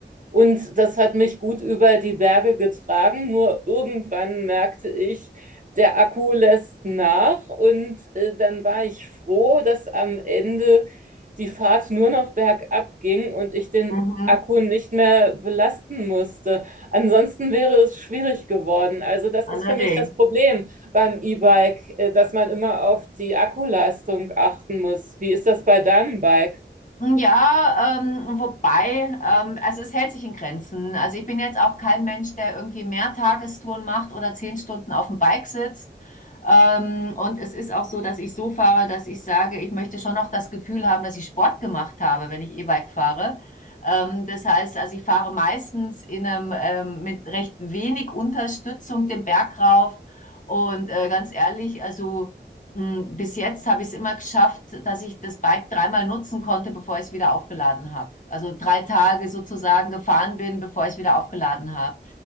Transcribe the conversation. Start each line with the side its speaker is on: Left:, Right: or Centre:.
Right: und das hat mich gut über die Berge getragen. Nur irgendwann merkte ich, der Akku lässt nach. Und äh, dann war ich froh, dass am Ende die Fahrt nur noch bergab ging und ich den
Left: mhm.
Right: Akku nicht mehr belasten musste. Ansonsten wäre es schwierig geworden. Also das
Left: Allerdings.
Right: ist für mich das Problem beim E-Bike, äh, dass man immer auf die Akkuleistung achten muss. Wie ist das bei deinem Bike?
Left: Ja, ähm, wobei, ähm, also es hält sich in Grenzen. Also ich bin jetzt auch kein Mensch, der irgendwie mehr Tagestouren macht oder zehn Stunden auf dem Bike sitzt. Ähm, und es ist auch so, dass ich so fahre, dass ich sage, ich möchte schon noch das Gefühl haben, dass ich Sport gemacht habe, wenn ich E-Bike fahre. Ähm, das heißt, also ich fahre meistens in einem, ähm, mit recht wenig Unterstützung den Berg rauf. Und äh, ganz ehrlich, also hm, Bis jetzt habe ich es immer geschafft, dass ich das Bike dreimal nutzen konnte, bevor ich es wieder aufgeladen habe. Also drei Tage sozusagen gefahren bin, bevor ich es wieder aufgeladen habe.